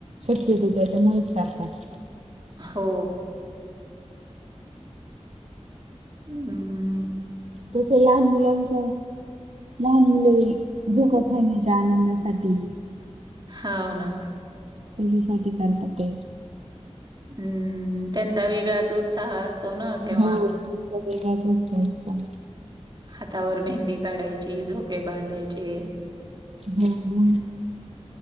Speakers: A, on the right; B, on the right.
A: शक्यतो त्याच्यामुळेच करतात
B: हो हम्म
A: तसेला अम्बुलन्स लहान मुले झोका खेळण्याच्या आनंदासाठी
B: होा ना
A: त्याच्यासाठी कर्तव्य आहेत
B: हम्म त्यांचा वेगळाच उत्साह असतो ना तेव्हा.
A: हो तमचा वेगाचाच होोत्सा
B: हातावर मेहंदी काढायची झोके बांधायचे
A: हो